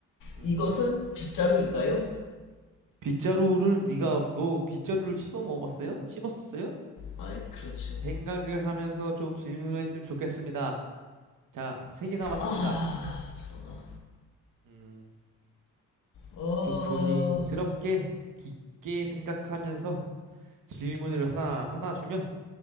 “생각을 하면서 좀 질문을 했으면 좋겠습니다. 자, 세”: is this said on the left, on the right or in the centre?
Right